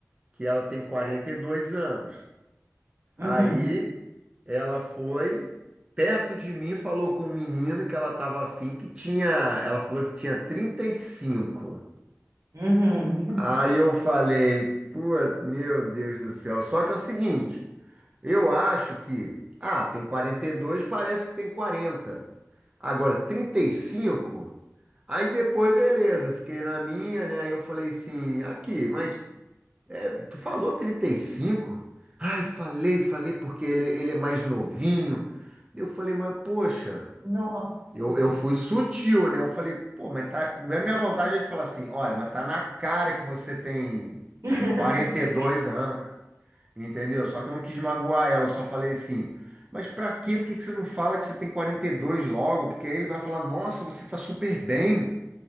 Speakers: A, on the right; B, on the right.
A: que ela tem 42 anos. Aí
B: Uhum.
A: ela foi perto de mim, e falou com um menino que ela estava afim, que tinha, ela falou que tinha trinta e cinco
B: Uhum.
A: Aí eu falei, pô, meu Deus do céu. Só que é o seguinte, Eu acho que, ah, tem quarenta e dois parece que tem quarenta Agora, trinta e cinco aí depois, beleza, fiquei na minha, né? Aí eu falei assim, aqui, mas é, tu falou trinta e cinco Ai, falei, falei, porque ele, ele é mais novinho. Eu falei, mas poxa,
B: Nossa.
A: eu, eu fui sutil, né? Eu falei, pô, mas tá. minha minha vontade é de falar assim, olha, mas tá na cara que você tem
B: <laughs>
A: quarenta e dois anos, cara. Entendeu? Só que eu não quis magoar ela, eu só falei assim, mas pra quê? Por que que você não fala que você tem 42 logo? Porque aí ele vai falar, nossa, você tá super bem,